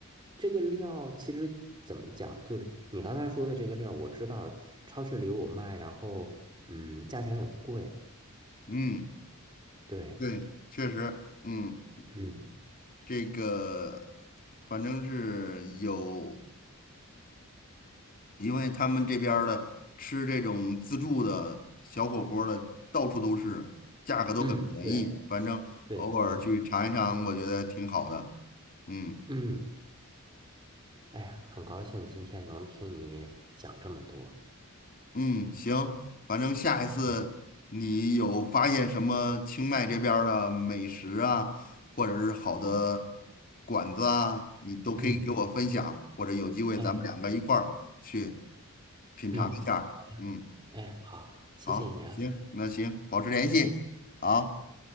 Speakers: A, on the right; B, on the left.
A: 这个料其实怎么讲，就是你刚才说的这个料，我知道超市里有卖，然后嗯，价钱也不贵。
B: 嗯。
A: 对，
B: 对，确实，嗯，
A: 嗯
B: 这个反正是有，因为他们这边儿的吃这种自助的小火锅儿的到处都是，价格都很便宜，
A: 嗯，对，
B: 反正偶尔去尝一尝，
A: 对的，对的，
B: 我觉得挺好的。嗯。
A: 嗯，哎呀，很高兴今天能听你讲这么多。
B: 嗯，行，反正下一次你有发现什么清迈这边儿的美食啊，
A: 嗯
B: 或者是好的馆子啊，你都可以给我分享，
A: 嗯，
B: 或者有机会咱们两个一块儿去
A: 哎
B: 品尝一下儿嗯，
A: 嗯哎，好，谢谢你啊，
B: 好，行，那行，保持联系，好。